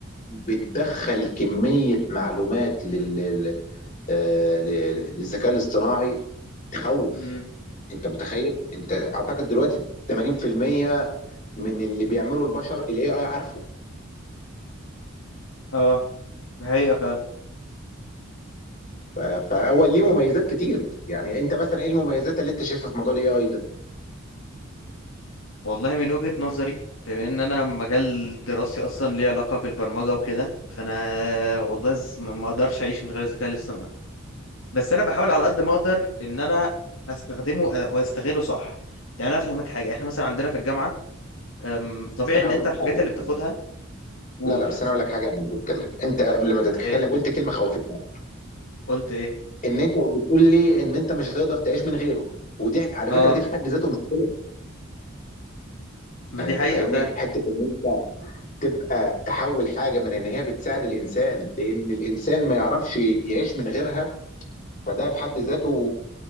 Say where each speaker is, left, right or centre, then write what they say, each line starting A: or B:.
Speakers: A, on the left; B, on the left.
A: بتدخل كمية معلومات لل... لل- آه، لل- للذكاء الاصطناعي تخوف
B: امم
A: انت متخيل انت اعتقد دلوقتي 80% من اللي بيعمله البشر الاي اي عارفه
B: اه الحقيقة فعلا
A: ف... فاول ليه مميزات كتير يعني انت مثلا ايه المميزات اللي انت شايفها في موضوع الاي اي ده
B: والله من وجهة نظري بما ان انا مجال دراستي اصلا ليه علاقة بالبرمجة وكده فانا والله ز- ما ما اقدرش اعيش من غير الذكاء الاصطناعي بس انا بحاول على قد ما اقدر ان انا استخدمه او استغله صح يعني انا افهمك حاجة احنا مثلا عندنا في الجامعة أم، طبيعي
A: بس انا
B: ان
A: هقول
B: انت
A: لك
B: الحاجات
A: حاجه،
B: اللي بتاخدها قول
A: لا لا بس انا اقول لك حاجه قبل ما تتكلم انت قبل ما تتكلم
B: ايه
A: قلت كلمه خوفتني
B: قلت ايه
A: ان انت بتقول لي ان انت مش هتقدر تعيش من غيره ودي على
B: اه
A: فكره دي في حد ذاته مشكله
B: ما
A: يعني
B: دي
A: انت
B: حقيقة
A: فاهمني
B: فعلا
A: حته ان انت تبقى تحول حاجه من ان هي بتساعد الانسان لان الانسان ما يعرفش يعيش من غيرها فده في حد ذاته